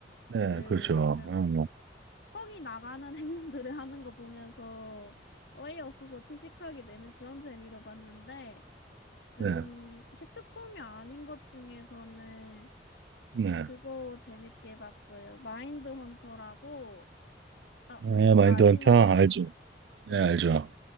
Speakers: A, on the right; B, on the left.
A: 네,
B: 그
A: 그렇죠.
B: 약간
A: 어,
B: 성이 나가는 <laughs> 행동들을 하는 거 보면서 어이없어서 피식하게 되는 그런 재미로 봤는데
A: 네,
B: 음, 시트콤이 아닌 것 중에서는
A: 네.
B: 그거 재밌게 봤어요. 마인드 헌터라고, 아, 혹시
A: 아, 마인드헌터
B: 아시나요?
A: 알죠? 네,
B: 네.
A: 알죠.